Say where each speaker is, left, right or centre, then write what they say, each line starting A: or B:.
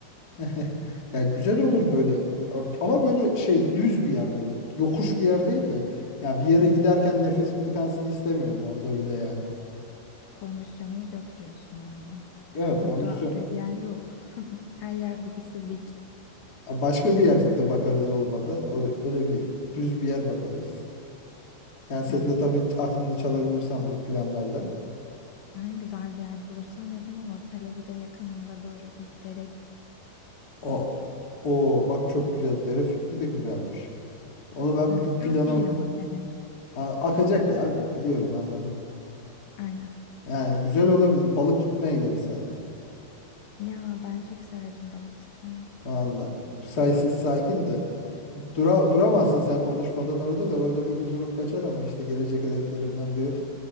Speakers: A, on the left; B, on the left.
A: <laughs> Ya güzel olur böyle ama böyle şey düz bir yer böyle yokuş bir yer değil de ya bir yere
B: Hmm,
A: giderken nefesim tıkansın istemiyorum orada bile yani.
B: kondisyonumuz yok diyorsun yani.
A: Evet
B: Burada
A: kondisyon
B: öyle bir yer yok. <laughs> Her yer burası dik.
A: Ya başka bir yerde bakarız olmadı. O, öyle bir düz bir yer bakarız. Yani senin
B: Evet.
A: de tabii aklını çalabilirsen bu planlarda.
B: Yani güzel bir yer bulursan neden olmasın? Hele bir de yakınında böyle bir dere
A: O
B: olur.
A: o bak çok güzel. Dere fikri de güzelmiş. Onu ben
B: Evet,
A: bu
B: göl
A: planım
B: değil ama dere.
A: Ha, akacak ya bi- biliyorum anladım.
B: Aynen.
A: Yani güzel olabilir. Balık tutmaya gideriz seninle.
B: Ya ben çok severim balık tutmayı.
A: Vallahi saysiz sakin de. Dura, duramazsın sen konuşmadan orada da orada bir huzurum kaçar ama işte gelecek hedeflerimden biri.